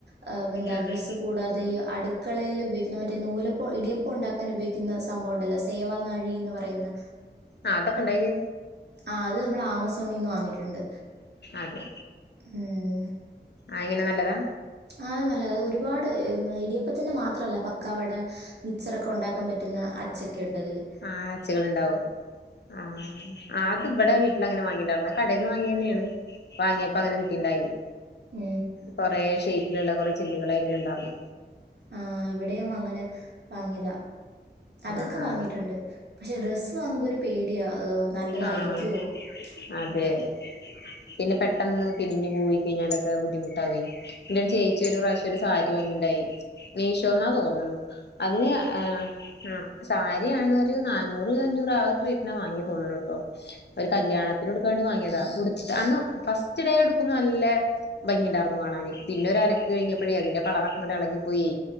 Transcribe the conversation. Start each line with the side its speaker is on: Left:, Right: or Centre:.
Right: ഹ് വെന്താ
Left: ആഹ്
Right: ഡ്രസ്സ് കൂടാതെ ഈ അടുക്കളയിൽ ഉപയോഗി ക്കുന്ന മറ്റേ നൂലപ്പ ഇടിയപ്പം ഉണ്ടാക്കാൻ ഉപയോഗിക്കുന്ന സംഭവംണ്ടല്ലോ സേവാ നാഴി എന്ന് പറയുന്ന
Left: ആഹ് അതൊക്കെണ്ടയില്
Right: ആഹ് അത് നമ്മള് ആമസോണീന്ന് വാങ്ങിട്ടുണ്ട്
Left: അതെ
Right: ഉം
Left: അഎങ്ങനെ നല്ലതാ
Right: അ നല്ലത അത് ഒരുപാട് ഇടിയപ്പത്തിന് മാത്രല്ല പക്കാവട മിച്ചറൊക്കെ ഉണ്ടാക്കാൻ പറ്റുന്ന അച്ചൊക്കെ ഉണ്ട് അതില്
Left: ആഹ് അച്ച്കൾ ഇണ്ടാവും ആഹ് ആഹ് അത് ഇബടെ വീട്ടിലങ്ങനെ വാങ്ങിണ്ടായ്രുന്നു കടേന്ന് വാങ്ങിയന്നേണ് വാങ്ങിയപ്പങ്ങനെ കിട്ടീണ്ടായിനി
Right: ഉം
Left: കൊറേ ഷെയ്പ്പ്ല്ള്ള കൊറേ ചില്ല്കള് അയില്ണ്ടായിർന്നു
Right: ആഹ് ഇവിടെയും അങ്ങനെ വാങ്ങിയതാ അതൊക്കെ
Left: ആഹ് ആഹ്
Right: വാങ്ങിട്ടുണ്ട് പക്ഷെ ഡ്രസ്സ് വാങ്ങുമ്പോ ഒരു പേടിയാ നല്ലതായിരിക്കോ
Left: ആഹ് അതെ
Right: ഒക്കെ
Left: പിന്നെ പെട്ടെന്ന് പിനിഞ്ഞ് പോയി കഴിഞ്ഞാലൊക്കെ ബുദ്ധിമുട്ടാവേ പിന്നൊരു
Right: മ്മ്.
Left: ചേച്ചി ഒര് പ്രാവശ്യം ഒരു സാരി വാങ്ങിണ്ടായി മീശോന്നാ തോന്ന്ണ് അതിന് ആഹ് ആഹ് സാരിയാണ് ഒരു നാനൂറ് അഞ്ഞൂറ് ആ ഒരു റേറ്റിനാ വാങ്ങി തോന്ന്ണ് ട്ടോ ഒരു കല്യാണത്തിന് ഉടുക്കാം വേണ്ടി വാങ്ങിയതാ ഉടു അന്ന് ഫസ്റ്റ് ഡേ ഉടുക്കുമ്പോ നല്ല ഭംഗിണ്ടായിരുന്നു കാണാന് പിന്നെ ഒരലക്ക് കഴിഞ്ഞപ്പഴേ അതിന്റെ കളറൊക്കെങ്ങട്ട് ഇളകി പോയി